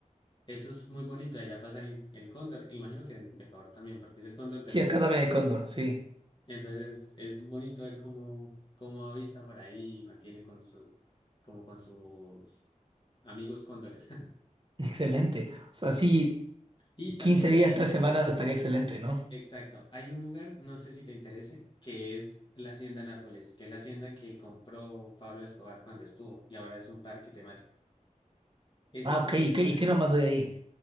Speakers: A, on the left (about 35°); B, on the right (about 35°).
A: Eso es muy bonito, allá pasa el, el cóndor, e imagino que en Ecuador también, porque es el cóndor de
B: Sí,
A: los
B: acá
A: Alpes.
B: dame de cóndor, sí.
A: Entonces es bonito ver cómo, cómo avista por ahí y mantiene con su, como con sus amigos cóndores. <laughs>
B: Excelente. O sea, sí,
A: Y también
B: Quince
A: acá
B: días,
A: hay,
B: 3 semanas estaría excelente, ¿no?
A: exacto, hay un lugar, no sé si te interese, que es la Hacienda Nápoles, que es la hacienda que compró Pablo Escobar cuando estuvo y ahora es un parque temático. Eso
B: Ah,
A: a
B: ok. ¿Y
A: mí me
B: qué,
A: parece
B: y qué nomás hay ahí?